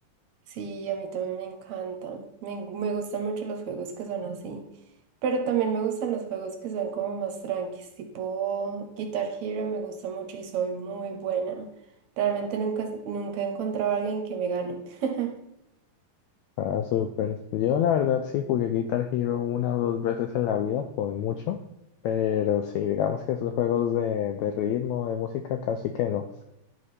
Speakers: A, on the right; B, on the left.
A: Sí, a mí también me encanta. Me, en- me gustan mucho los juegos que son así. Pero también me gustan los juegos que son como más tranquis, tipo Guitar Hero me gusta mucho y soy muy buena. Realmente nunca, nunca he encontrado a alguien que me gane. <laughs>
B: Ah, súper. Yo la verdad sí jugué Guitar Hero una o dos veces en la vida, jugué mucho, pero sí, digamos que esos juegos de, de ritmo, de música, casi que no.